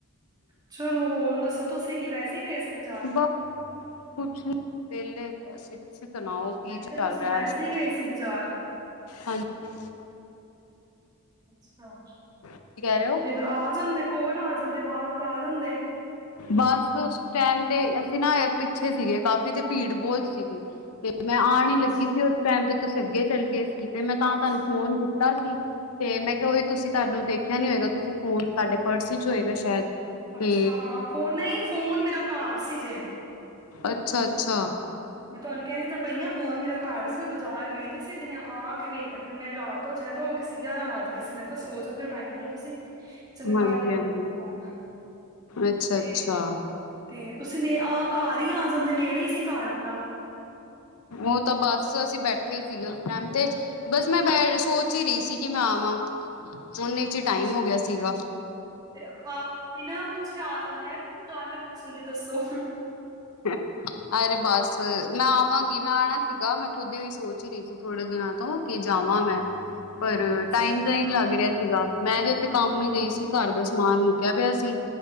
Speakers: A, on the right; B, on the left.
A: ਚਲੋ ਹੋਰ ਦੱਸੋ ਤੁਸੀਂ ਕਿ ਵੈਸੇ ਗਏ ਸੀ। ਬਾਜ਼ਾਰ
B: ਬਸ ਕੁਛ ਵਿਹਲੇ ਅਸੀਂ। ਤੁਸੀਂ ਸੁਣਾਓ ਕੀ
A: ਮੈਂ ਕਿਹਾ
B: ਚੱਲ
A: ਤੁਸੀਂ
B: ਰਿਹਾ
A: ਵੈਸੇ
B: ਅੱਜ ਕੱਲ
A: ਹੀ ਗਏ ਸੀ ਬਾਜ਼ਾਰ
B: ਹਾਂਜੀ-
A: <unintelligible>
B: ਕੀ ਕਹਿ ਰਹੇ ਹੋ
A: ਕਈ ਵਾਰ ਆ ਜਾਦੇ- ਕੋਲ ਆ ਜਾਦੇ ਵਾਲ ਉੜਾ ਲੈਂਦੇ ਆ।
B: ਬਸ- ਟਾਈਮ ਤੇ ਅਸੀਂ ਨਾ ਪਿੱਛੇ ਸੀਗੇ ਕਾਫੀ ਤੇ ਭੀੜ ਬਹੁਤ ਸੀਗੀ ਤੇ- ਤੇ ਮੈ ਆਉਣ ਨ
A: ਅੱਛਾ
B: ਲੱਗੀ ਸੀ ਉਸ ਟਾਈਮ ਤੇ ਤੁਸੀਂ ਅੱਗੇ ਚਲੇ ਗਏ ਸੀ ਤੇ ਮੈਂ ਤਾਂ
A: ਅੱਛਾ
B: ਤੁਹਾਨੂੰ ਫੋਨ ਕੀਤਾ ਸੀ ਤੇ ਮੈ ਓਹੀ ਤੁਸੀਂ ਤੁਹਾਨੂੰ ਦੇਖਿਆ ਨੀ ਹੋਏਗਾ ਤੁਸੀਂ ਫੋਨ ਤੁਹਾਡੇ ਪਰਸ 'ਚ ਹੋਏਗਾ। ਸ਼ਾਇਦ
A: ਅੱਛਾ
B: ਤੇ
A: ਹਾਂ ਫੋਨ ਨਹੀ ਫੋਨ ਮੇਰਾ ਘਰ ਸੀ ਜੇ-
B: ਅੱਛਾ- ਅੱਛਾ।
A: ਮੈ ਤੁਹਾਨੂੰ ਕਿਹਾਦੀ ਪਹਿਆਂ ਫੋਨ ਮੇਰਾ ਘਰ ਸੀ ਮੈਂ ਬਾਜ਼ਾਰ ਗਈ ਸੀ ਤੇ ਮੈ ਆ ਕੇ ਵੇਖਿਆ ਫਿਰ ਮੈ ਰਾਤ- ਜਦਾਂ ਹੋ ਗਏ ਸੀ ਔਰ ਉਹ ਗਿਆਰਾਂ ਵਾਜ ਵੱਜ ਗਏ ਸੀ ਮੈ ਕਿਹਾ ਸੋ ਜਾਦੇ ਹੋ- ਟਾਈਮ ਨਾਲ ਤੁਸੀਂ ਚਲੋ
B: ਹਾਂਜੀ-ਹਾਂਜੀ।
A: ਕੱਲ ਹੀ ਕਰਾਂਗੀ ਫੋਨ
B: ਅੱਛਾ-ਅੱਛਾ
A: ਤੇ- ਤੇ ਤੁਸੀਂ ਨੇ ਆਹ ਘਰ ਹੀ ਆ ਜਾਦੇ ਨੇੜੇ ਹੀ ਸੀ ਘਰ ਆਪਣਾ-
B: ਉਹ ਤਾਂ ਬਸ ਅਸੀਂ ਬੈਠੇ ਹੀ ਸੀਗੇ ਉਸ ਟਾਈਮ ਤੇ- ਬਸ ਮੈ ਸੋਚ ਹੀ ਰਹੀ ਸੀ ਕਿ ਮੈ ਆਵਾ ਉਹਨੇ 'ਚ ਹੀ ਟਾਈਮ ਹੋ ਗਿਆ ਸੀਗਾ।
A: ਤੇ ਆਪ ਬਿਨਾ ਪੁੱਛੇ ਆ ਜਾਦੇ ਆ ਨੀ ਕੋਈ ਗੱਲ ਪੁੱਛਣ ਦੀ ਦੱਸੋ-
B: <unintelligible> ਅਰੇ ਬਸ ਮੈ ਆਵਾਂਗੀ ਮੈਂ ਆਉਣਾ ਸੀਗਾ ਮੈਂ ਖੁਦ ਹੀ ਸੋਚ ਰਹੀ ਸੀ ਥੋੜੇ ਦਿਨਾ ਤੋਂ ਕਿ ਜਾਵਾ ਮੈਂ-
A: <inaudible>
B: ਪਰ
A: ਅੱਛਾ
B: ਟਾਈਮ ਤਾਂ ਹੀ ਨਹੀ ਲੱਗ ਰਿਹਾ ਸੀਗਾ ਮੈ ਵੀ ਉਥੇ ਕੰਮ ਹੀ ਗਈ ਸੀ ਘਰ ਦਾ ਸਮਾਨ ਮੁੱਕਿਆ ਪਿਆ ਸੀ।